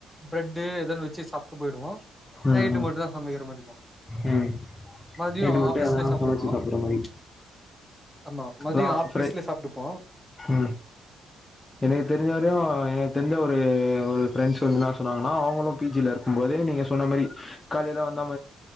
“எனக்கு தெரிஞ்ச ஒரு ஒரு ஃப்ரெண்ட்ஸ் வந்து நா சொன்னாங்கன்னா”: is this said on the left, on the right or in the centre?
Left